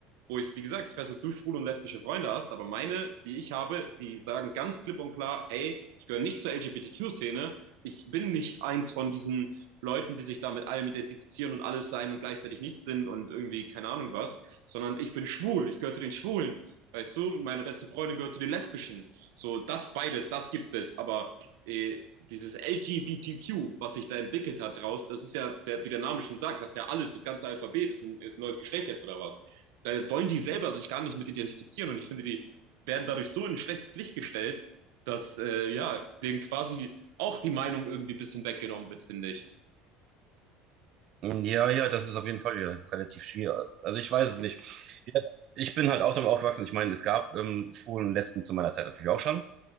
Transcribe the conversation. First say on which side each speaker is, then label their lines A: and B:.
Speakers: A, on the right; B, on the right.
A: Wo ich, wie gesagt, ich weiß nicht, ob du schwule und lesbische Freunde hast, aber meine, die ich habe, die sagen ganz klipp und klar, hey, ich gehöre nicht zur LGBTQ-Szene, ich bin nicht eins von diesen Leuten, die sich da mit allem identifizieren und alles sein und gleichzeitig nichts sind und irgendwie keine Ahnung was, sondern ich bin schwul, ich gehöre zu den Schwulen. Weißt du, meine beste Freundin gehört zu den Lesbischen. So, das beides, das gibt es. Aber äh, dieses LGBTQ, was sich da entwickelt hat draus, das ist ja, der, wie der Name schon sagt, das ist ja alles, das ganze Alphabet ist ein, ist ein neues Geschlecht jetzt oder was. Da wollen die selber sich gar nicht mit identifizieren und ich finde, die werden dadurch so in ein schlechtes Licht gestellt, dass äh, ja, denen quasi auch die Meinung irgendwie ein bisschen weggenommen wird, finde ich.
B: Ja, ja, das ist auf jeden Fall, ja, das ist relativ schwierig. Also ich weiß es nicht. Ja, Ich bin halt auch damit aufgewachsen. Ich meine, es gab ähm, Schwulen und Lesben zu meiner Zeit natürlich auch schon.